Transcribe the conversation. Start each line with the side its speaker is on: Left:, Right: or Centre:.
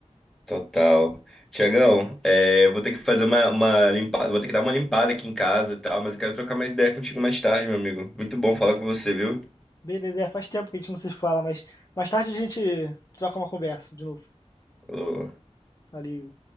Centre: Total. Tiagão, é, vou ter que fazer uma, uma limpada, vou ter que dar uma limpada aqui em casa e tal, mas eu quero trocar mais ideia contigo mais tarde, meu amigo. Muito bom falar com você, viu?
Left: Beleza, é, faz tempo que a gente não se fala, mas mais tarde a gente troca uma conversa de novo.
Centre: Alô,
Left: Valeu.